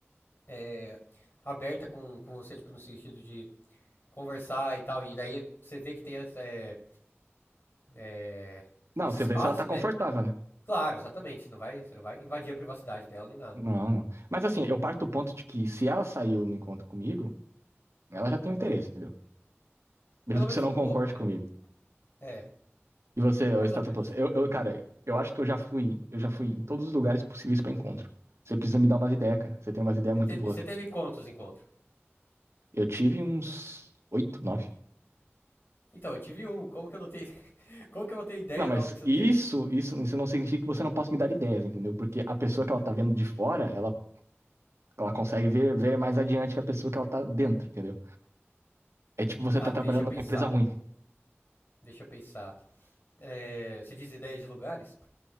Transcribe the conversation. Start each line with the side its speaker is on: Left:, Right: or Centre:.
Left: é, aberta com, com você, tipo, no sentido de. conversar e tal. E daí você vê que tem essa, é, é,
Right: Não,
Left: esse
Right: você
Left: espaço,
Right: vê se ela tá confortável,
Left: né?
Right: né?
Left: Claro, exatamente. Você não, vai, você não vai invadir a privacidade dela nem nada.
Right: Não, não. Mas assim, eu parto do ponto de que se ela saiu no encontro comigo, ela já tem um interesse, entendeu? Mesmo
Left: Pelo menos
Right: que você não
Left: um
Right: concorde
Left: pouco, né?
Right: comigo.
Left: É,
Right: E você, o
Left: mais
Right: Stata
Left: ou menos.
Right: Plus? Eu, eu, cara, eu acho que eu já fui, eu já fui em todos os lugares possíveis pra encontro. Você precisa me dar umas ideias, cara. Você tem umas ideias
Left: Você
Right: muito
Left: teve,
Right: boas.
Left: você teve quantos encontros?
Right: Eu tive uns oito, nove.
Left: Então, eu tive um. Como que eu não tenho. <laughs> Como que eu vou ter ideia
Right: Não, mas
Left: nova que você
Right: isso,
Left: não teve?
Right: isso, isso não significa que você não possa me dar ideias, entendeu? Porque a pessoa que ela
Left: Hum,
Right: tá vendo de fora, ela, ela consegue ver, ver mais adiante que a pessoa que ela tá dentro, entendeu? É tipo você
Left: Tá,
Right: tá
Left: deixa
Right: trabalhando
Left: eu pensar.
Right: numa empresa ruim.
Left: Deixa eu pensar. É, você diz ideia de lugares?